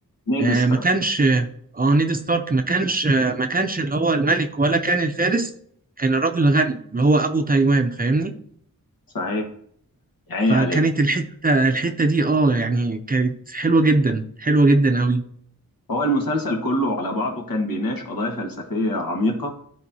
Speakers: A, on the left; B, on the right.
A: نيد
B: آه،
A: ستارك
B: ما كانش اه نيد ستارك ما كانش آه، ما كانش اللي هو الملك ولا كان الفارس كان الراجل الغني اللي هو ابو تايوان فاهمني
A: صحيح يا عيني
B: فكانت
A: عليك
B: الحته الحته دي اه يعني كانت حلوه جدا حلوه جدا قوي
A: هو المسلسل كله على بعضه كان بيناقش قضايا فلسفية عميقة